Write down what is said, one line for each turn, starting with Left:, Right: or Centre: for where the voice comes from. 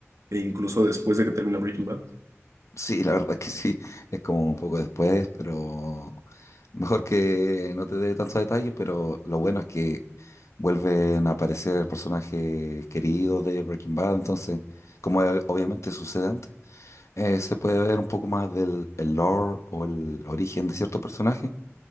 Right: e incluso después de que termina Breaking Bad.
Left: Sí, la verdad es que sí, es como un poco después, pero mejor que no te dé tantos detalles, pero lo bueno es que vuelven a aparecer personajes queridos de Breaking Bad, entonces, como eh, obviamente sucede antes, eh, se puede ver un poco más del el lore o el origen de cierto personaje,